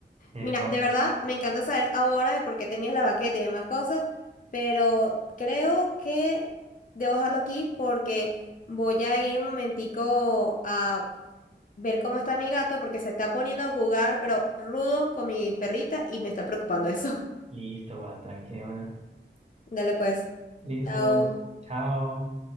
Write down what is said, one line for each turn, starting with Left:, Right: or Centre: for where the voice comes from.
Right: Y me
Left: Mira,
Right: fue,
Left: de verdad me encanta saber ahora de por qué tenías la baqueta y demás cosas, pero creo que debo dejarlo aquí porque voy a ir un momentico a ver cómo está mi gato porque se está poniendo a jugar, pero rudo con mi perrita y me está preocupando eso.
Right: Listo, va, tranquila una.
Left: <laughs> Dale pues.
Right: Listo,
Left: Chao.
Right: ch- chao.